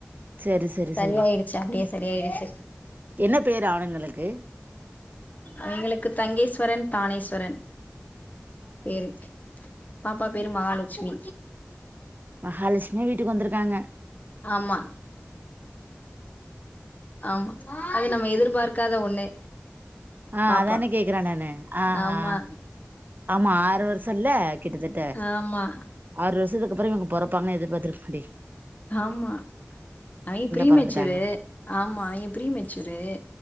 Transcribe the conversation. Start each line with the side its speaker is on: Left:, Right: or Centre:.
Right: சரி சரி
Left: சரியாயிடுச்சு
Right: சரி
Left: அப்டியே சரியாயிடுச்சு
Right: என்ன பேரு அவனுங்களுக்கு
Left: அஎங்களுக்கு தங்கேஸ்வரன் தானேஸ்வரன் பேரு பாப்பா பேரு மகாலட்சுமி
Right: மகாலட்சுமியே வீட்டுக்கு வந்துருக்காங்க
Left: ஆமா ஆமா அது நம்ம எதிர்பார்க்காத ஒண்ணு.
Right: ஆ
Left: பாப்பா
Right: அதானே கேக்குறேநானு ஆ
Left: ஆமா
Right: ஆ ஆமா ஆறு வருஷோ இல்ல கிட்டத்தட்ட
Left: ஆமா
Right: ஆறு வருசத்துக்கப்புறோ இவுங்கப்பொறப்பாங்கன்னு எதிர்பாத்துட்டுருக்கேன் மாட்
Left: ஆமா அய்ப்ரீமெச்சூரு
Right: பொறந்துட்டாங்க
Left: ஆமா அய்ப்ரீமெச்சூரு